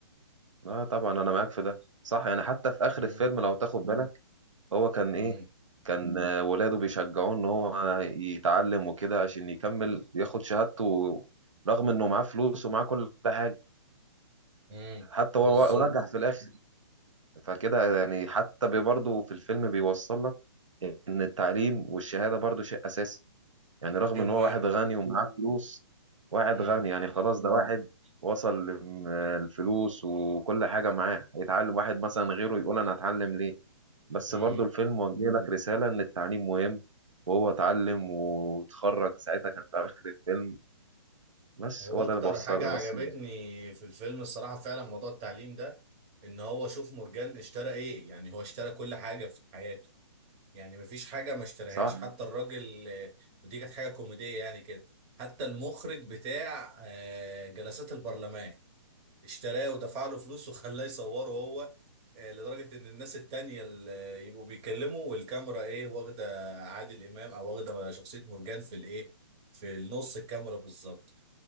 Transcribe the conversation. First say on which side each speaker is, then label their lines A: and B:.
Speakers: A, on the right; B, on the right.
A: لا طبعا انا معاك في ده صح يعني حتى في اخر
B: امم
A: الفيلم لو تاخد بالك هو كان ايه
B: امم
A: كان آه، ولاده بيشجعوه ان هو يتعلم وكده عشان يكمل ياخد شهادته رغم انه معاه فلوس ومعاه كل حاجة
B: إمم،
A: حتى
B: بالظبط
A: هو نجح في الاخر فكده يعني حتى بي- برضه في الفيلم بيوصل لك ان التعليم والشهادة برضه شيء اساسي يعني رغم
B: شيء
A: ان
B: مهم
A: هو واحد غني ومعاه فلوس واحد
B: امم
A: غني يعني خلاص ده واحد وصل لم- الفلوس وكل حاجة معاه هيتعلم واحد مثلا غيره يقول انا اتعلم ليه بس
B: إمم.
A: برضو الفيلم وجه لك مم. رسالة إن التعليم مهم وهو اتعلم واتخرج ساعتها كان في آخر الفيلم بس
B: هو
A: هو
B: اكتر
A: ده اللي بوصله
B: حاجة
A: طب،
B: عجبتني
A: بس
B: في الفيلم الصراحة فعلا موضوع التعليم ده ان هو شوف مورجان اشترى ايه يعني هو اشترى كل حاجة في حياته يعني مفيش حاجة ما اشتراهاش
A: صح
B: حتى الراجل آه، ودي كانت حاجة كوميدية يعني كده حتى المخرج بتاع آه، جلسات البرلمان اشتراه ودفع له فلوس وخلاه يصوره هو آه، لدرجة ان الناس التانية اللي يبقوا بيتكلموا والكاميرا ايه واخدة عادل امام او واخدة شخصية مورجان في الايه في النص الكاميرا بالظبط